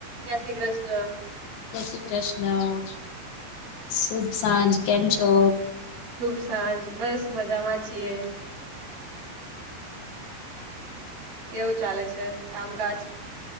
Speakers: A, on the right; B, on the left.
A: જય શ્રી કૃષ્ણ.
B: જય શ્રી કૃષ્ણ શુભ સાંજ કેમ છો?
A: શુભ સાંજ બસ મજામાં છીએ. કેવું ચાલે છે કામકાજ?